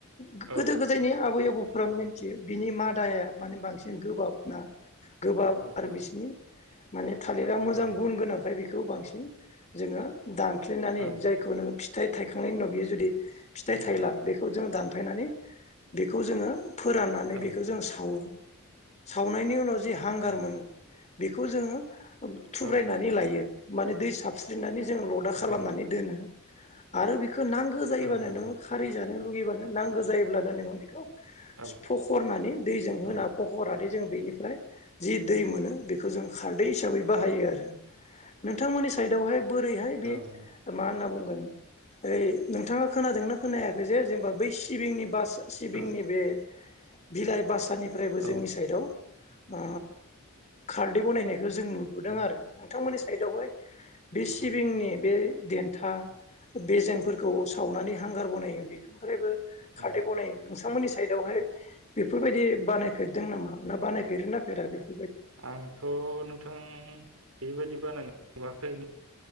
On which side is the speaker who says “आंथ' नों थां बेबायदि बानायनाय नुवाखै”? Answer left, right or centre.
Right